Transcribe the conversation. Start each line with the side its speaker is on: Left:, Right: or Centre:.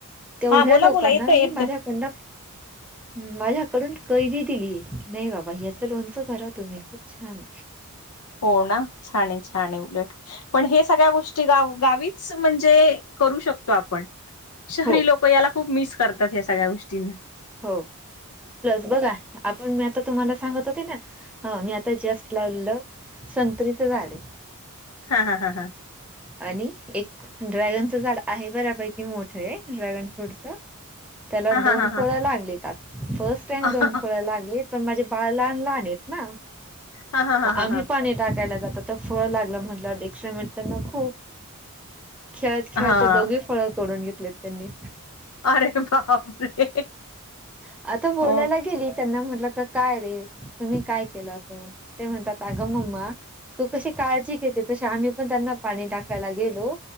Centre: तेवढ्या
Left: हा बोला
Centre: लोकांना
Left: बोला येतं येतं
Centre: मी माझ्याकडन ह माझ्याकडून कैदी दिली की नाही बाबा याचं लोनच भरा तुम्ही खूप प्छाम
Left: हो ना छान छान उलट पण हे सगळ्या गोष्टी गा म्हणजे कर शकतो आपण शहरी
Centre: हो
Left: लोक याप मि करतात या सगळ्या गोष्टींना
Centre: हो प्लस बघा आपण मी आता तुम्हाला सांगत होते ना मी आता जस्ट लावलेलं संत्रीचं झाडे.
Left: हा हा हा हा.
Centre: आणि एक ड्रॅगनचं झाड आहे बऱ्यापैकी मोठ आहे. ड्रॅगन फ्रूटचं. त्याला
Left: हा
Centre: दोन
Left: हा हा
Centre: फळं लागली आत. फर्स्ट टाइम
Left: हा
Centre: दोन
Left: हा
Centre: फळं लागलीत. पण माझे बाळ लहान लहान आहेत ना?
Left: हा हा
Centre: मग आम्ही
Left: हा
Centre: पाणी टाकायला जातो - तर फळ लागलं म्हटल्यावर एक्सायमेन्ट त्यांना खूप. खेळत खेळत
Left: हा
Centre: दोघे - फळ तोडून घेतलेत त्यांनी.
Left: अरे बापरे
Centre: आता बोलायला
Left: हो
Centre: गेली त्यांना म्हटलं- काय रे? तुम्ही काय केलं असं? ते म्हणतात अगं मम्मा- तू कशी काळजी घेते तसे आम्ही पण त्यांना पाणी टाकायला गेलो.